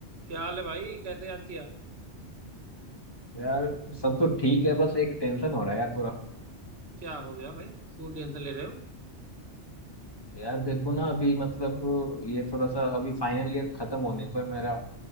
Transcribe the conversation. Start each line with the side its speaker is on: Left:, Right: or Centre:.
Right: क्या हाल है भाई कैसे याद किया
Left: यार सब तो ठीक है बस एक टेंशन हो रहा है यार थोड़ा
Right: क्या हो गया भाई क्यों टेंशन ले रहे हो
Left: यार देखो ना अभी मतलब ये थोड़ा सा अभी फाइनल ईयर खत्म होने को है मेरा